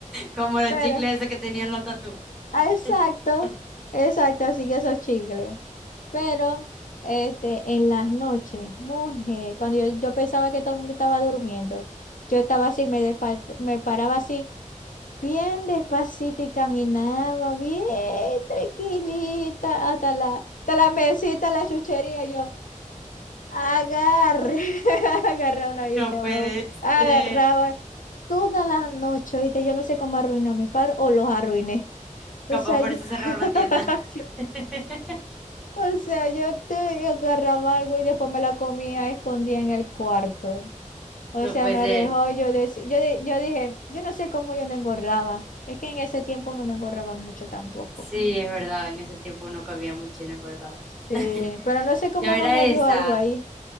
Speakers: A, in the centre; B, on the left.
A: Como los
B: Pero,
A: chicles esos que tenían los tatú.
B: ah, exacto,
A: <laughs>
B: exacto, así que esos chicles. Pero, este, en las noches, mujer, cuando yo, yo pensaba que todo el mundo estaba durmiendo, yo estaba así, me, despa- me paraba así, bien despacito y caminaba bien tranquilita hasta la, hasta la mesita, la chuchería, yo. Agarra, <laughs> agarraba una galleta
A: No
B: <laughs> de
A: puede
B: huevo, agarraba
A: ser.
B: toda la noche, ¿viste? Yo no sé cómo arruiné a mis padres o los arruiné. O
A: Capaz
B: sea,
A: por
B: yo,
A: eso cerraron
B: <laughs>
A: la tienda.
B: yo-
A: <laughs>
B: o sea, yo te agarraba algo y después me la comía escondida en el cuarto. O
A: No
B: sea,
A: puede
B: no
A: ser.
B: rejó, yo, dec- yo, de- yo dije, yo no sé cómo yo no engordaba. Es que en ese tiempo uno no engordaba mucho tampoco.
A: Sí, es verdad, en ese tiempo uno comía mucho y no engordaba.
B: Sí,
A: <laughs>
B: pero no sé cómo
A: Yo era
B: no me
A: esa,
B: dio algo ahí.